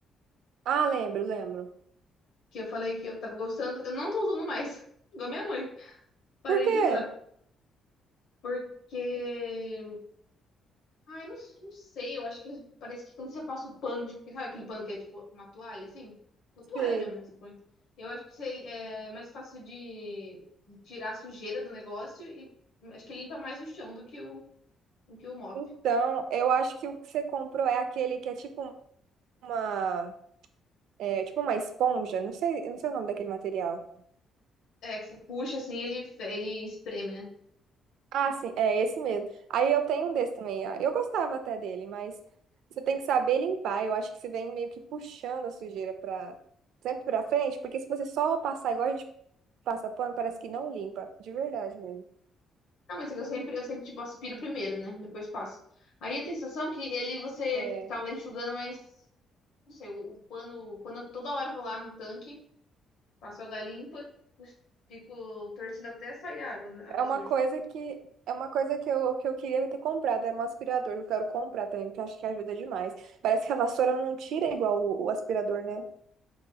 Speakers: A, on the right (about 70°); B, on the left (about 65°).
A: Ah, lembro, lembro.
B: que eu falei que eu tava gostando. Eu não tô usando mais, <laughs> igual minha mãe. Parei
A: Por quê?
B: de usar. Porque. Ai, não, não sei, eu acho que parece que quando você passa o pano, tipo, sabe aquele pano que é tipo uma toalha, assim? Uma toalha
A: Sei.
B: mesmo, né? Você põe. Eu acho que você- é mais fácil de, de tirar a sujeira do negócio e acho que ele limpa mais o chão do que o, do que o mop.
A: Então, eu acho que o que você comprou é aquele que é tipo uma, é, tipo uma esponja. Não sei, eu não sei o nome daquele material.
B: É, que você puxa assim, ele, fe- ele espreme, né?
A: Ah, sim, é esse mesmo. Aí eu tenho um desse também. ah, Eu gostava até dele, mas você tem que saber limpar. Eu acho que você vem meio que puxando a sujeira para sempre para frente, porque se você só passar igual a gente passa pano, parece que não limpa, de verdade mesmo.
B: Não, mas é que eu sempre, eu sempre, tipo, aspiro primeiro, né? Depois passo. Aí eu tenho a sensação que ele, você
A: É.
B: tá lá enxugando, mas Não sei, o, o pano, quando eu toda hora vou lá no tanque, passo água limpa, cus- fico torcendo até sair água, né? Água
A: É uma
B: suja.
A: coisa que é uma coisa que eu, que eu queria ter comprado, era um aspirador, eu quero comprar também, porque eu acho que ajuda demais. Parece que a vassoura não tira igual o, o aspirador, né?